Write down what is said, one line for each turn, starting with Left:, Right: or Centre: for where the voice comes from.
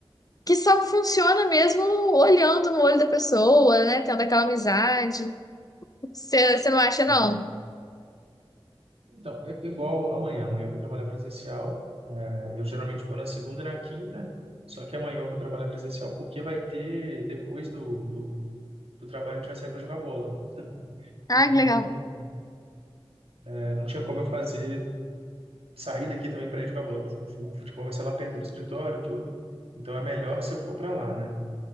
Left: que só funciona mesmo olhando no olho da pessoa, né? Tendo aquela amizade. Você você não acha, não?
Right: É. Então, eu- igual amanhã, amanhã eu vou trabalhar presencial. é, eu geralmente vou na segunda e na quinta, só que amanhã eu vou trabalhar presencial porque vai ter, depois do, do do trabalho a gente vai sair para jogar bola.
Left: Ah,
Right: Então,
Left: que legal.
Right: é, não tinha como eu fazer sair daqui também para ir jogar bola, porque o o futebol vai ser lá perto do escritório e tudo. Então é melhor se eu for para lá, né?